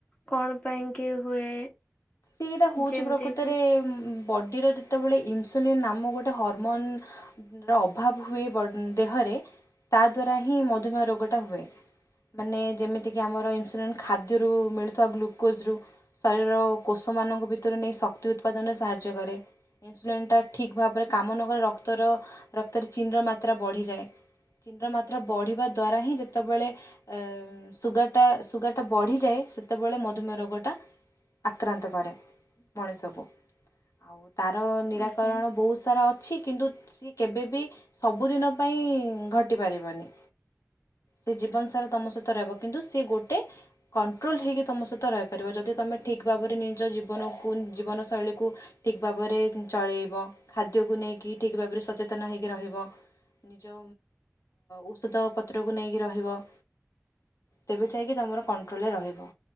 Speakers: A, on the left; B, on the left.
A: କଣ ପାଇଁକି ହୁଏ?
B: ସେଇଟା ହଉଛି
A: ଯେମିତି
B: ପ୍ରକୃତରେ
A: କି
B: ଉଁ ବଡ଼ିର ଯେତେବେଳେ ଇନସୁଲିନ ନାମ ଗୋଟେ ହରମନ ର ଅଭାବ ହୁଏ ଦେହରେ ତା ଦ୍ୱାରା ହିଁ ମଧୁମେହ ରୋଗଟା ହୁଏ। ମାନେ ଯେମିତିକି ଆମର ଇନସୁଲିନ୍ ଖାଦ୍ୟରୁ ମିଳୁଥିବା ଗ୍ଲୁକୋଜ୍ରୁ ଶରୀରର କୋଷ ମାନଙ୍କ ଭିତରୁ ନେଇ ଶକ୍ତି ଉତ୍ପାଦନରେ ସାହାଯ୍ୟ କରେ। ଇନସୁଲିନ୍ ଟା ଠିକ୍ ଭାବରେ କାମ ନ କଲେ ରକ୍ତର ରକ୍ତରେ ଚିନର ମାତ୍ରା ବଢ଼ିଯାଏ। ଚିିନ୍ ର ମାତ୍ରା ବଢିବା ଦ୍ଵାରା ହିଁ ଯେତେବେଳେ ଏ ସୁଗାରଟା ସୁଗାରଟା ବଢିଯାଏ। ସେତେବେଳେ ମଧୁମେହ ରୋଗଟା ଆକ୍ରାନ୍ତ କରେ ମଣିଷକୁ। ଆଉ ତାର ନିରାକରଣ
A: ଆଜ୍ଞା।
B: ବହୁତ ସାରା ଅଛି କିନ୍ତୁ ସିଏ କେବେ ବିି ସବୁଦିନ ପାଇଁ ଘଟିପାରିବନି। ସେ ଜୀବନ ସାରା ତମ ସହିତ ରହିବ। କିନ୍ତୁ ସିଏ ଗୋଟେ କଣ୍ଟ୍ରୋଲ ହେଇକି ତମ ସହିତ ରହିପାରିବ। ଯଦି ତମେ ଠିକ୍ ଭାବରେ ନିଜ ଜୀବନକୁ ଜୀବନ ଶୈଳୀକୁ ଠିକ ଭାବରେ ଚଳେଇବ। ଖାଦ୍ୟକୁ ନେଇକି ଠିକ ଭାବରେ ସଚେତନ ହେଇକି ରହିବ। ନିଜ ଔଷଧ ପତ୍ରକୁ ନେଇକି ରହିବ। ତେବେ ଯାଇକି ତମର କଣ୍ଟ୍ରୋଲରେ ରହିବ।